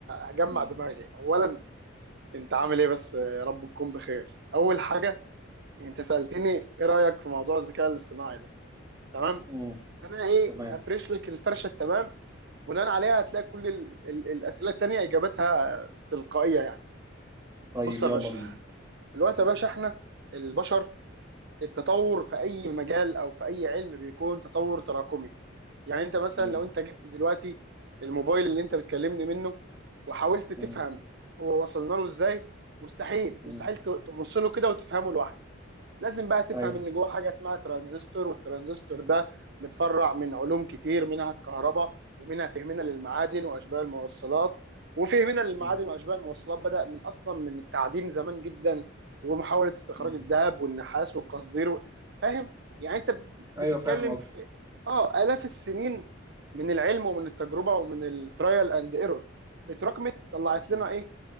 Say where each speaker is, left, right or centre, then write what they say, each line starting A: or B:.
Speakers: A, on the right; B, on the right.
A: هجمع
B: مم.
A: دماغي أولا أنت عامل إيه بس رب تكون بخير أول حاجة أنت سألتني إيه رأيك في موضوع الذكاء الاصطناعي ده تمام
B: مم.
A: فأنا إيه
B: تمام
A: هفرش لك الفرشة التمام بناء عليها هتلاقي كل ال ال الأسئلة التانية إجابتها تلقائية يعني
B: طيب
A: بص يا
B: يلا
A: باشا
B: بينا
A: الوقت
B: مم.
A: يا باشا إحنا البشر التطور في أي مجال أو في أي علم بيكون تطور تراكمي يعني انت مثلا
B: مم.
A: لو انت جبت دلوقتي الموبايل اللي انت بتكلمني منه وحاولت تفهم
B: مم.
A: هو وصلنا له ازاي مستحيل
B: مم.
A: مستحيل ت- تبص له كده وتفهمه لوحده لازم بقى تفهم
B: ايوه
A: ان جواه حاجه اسمها ترانزستور والترانزستور ده متفرع من علوم كتير منها الكهرباء ومنها فهمنا للمعادن واشباه الموصلات وفهمنا للمعادن
B: مم.
A: واشباه الموصلات بدأ من اصلا من التعدين زمان جدا ومحاوله استخراج
B: مم.
A: الذهب والنحاس والقصدير و- فاهم يعني انت بتتكلم
B: ايوه فاهم قصدي
A: في اه آلاف السنين من العلم ومن التجربه ومن الترايل اند ايرور اتراكمت طلعت لنا
B: مم.
A: ايه